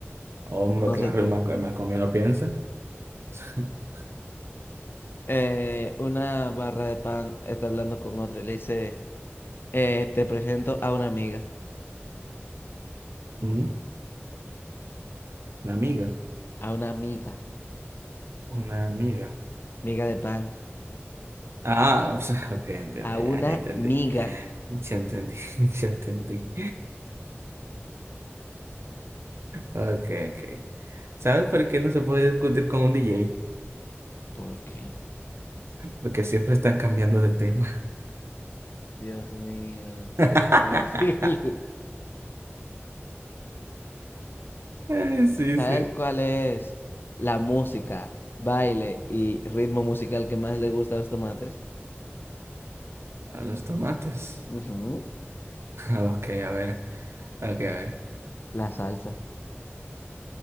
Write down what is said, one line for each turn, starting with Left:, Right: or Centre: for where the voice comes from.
Right: Hombre,
Left: No
Right: claro,
Left: sé tú.
Right: el Mac- el Macomio no piensa. <laughs>
Left: Eh, una barra de pan está hablando con otra y le dice, eh, te presento a una amiga,
Right: Ujú, Una amiga,
Left: a una amiga,
Right: una amiga.
Left: amiga de pan,
Right: Ah, <laughs> pues, ok, entiendo,
Left: a
Right: ya,
Left: una
Right: ya entendí.
Left: miga.
Right: Ya entendí, <laughs> ya entendí. Ok, ok. ¿Sabes por qué no se puede discutir con un DJ?
Left: ¿Por qué?
Right: Porque siempre están cambiando de tema.
Left: Dios mío, qué
Right: <laughs>
Left: difícil. <laughs>
Right: Ay, sí,
Left: ¿Sabes
Right: sí.
Left: cuál es la música, baile y ritmo musical que más le gusta a los tomates?
Right: A los tomates. <laughs>
Left: Ujú,
Right: Ok, a ver. Ok, a ver.
Left: La salsa.